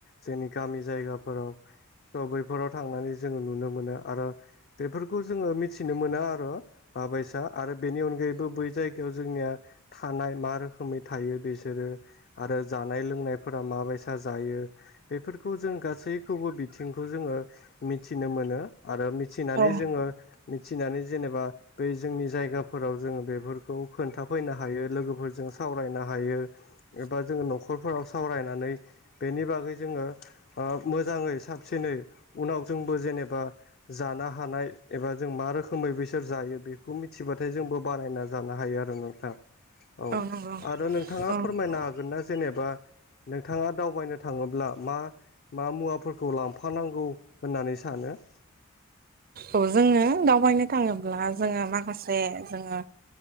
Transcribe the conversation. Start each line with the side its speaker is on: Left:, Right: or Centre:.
Left: जोंनि गामि जायगाफोराव स' बैफोराव थांनानै जोङो नुनो मोनो आरो बेफोरखौ जोङो मिथिनो मोना आरो माबायसा आरो बेनि अनगायैबो बै जाय गायाव जोंनिया थानाय मा रोखोमै थायो बेसोरो आरो जानाय लोंनायफोरा माबायसा जायो। बेफोरखौ जों गासैखौबो बिथिंखौ जोङो मिथिनो मोनो। आरो मिथिनानै
Right: औ
Left: जोङो मिथिनानै जेनेबा बै जोंनि जायगाफोराव जोङो बेफोरखौ खोन्था फैनो हायो लोगोफोरजों सावरायनो हायो। एबा जोङो न'खरफोराव सावरायनानै बेनि बागै जोङो ओ मोजाङै साबसिनै उनाव जोंबो जेनेबा जानो हानाय एबा जों मा रोखोमै बैसोर जायो बेखौ मिथिबाथाय जोंबो बानायना जानो हायो आरो नोंथां औ
Right: नंगौ
Left: आरो नोंथाङा
Right: औ
Left: फोरमायनो हागोन ना जेनेबा नोंथाङा दावबायनो थाङोब्ला मा मा मुवाफोरखौ लांफानांगौ होननानै सानो?
Right: औ जोङो दावबायनो थाङोब्ला जोङो माखासे जोङो